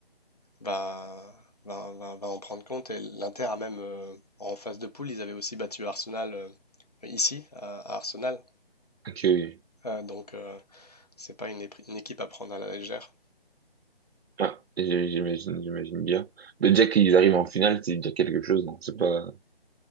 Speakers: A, on the left (about 40°); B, on the right (about 80°).
A: va, va, va, va en prendre compte. Et l'Inter a même, euh, en phase de poule, ils avaient aussi battu Arsenal euh, ici, à, à Arsenal.
B: Ok, oui.
A: Euh, donc, euh, c'est pas une, épri- une équipe à prendre à la légère.
B: Ouais, j'ai- j'imagine, j'imagine bien. Mais déjà qu'ils arrivent en finale, c'est déjà quelque chose, non? C'est pas,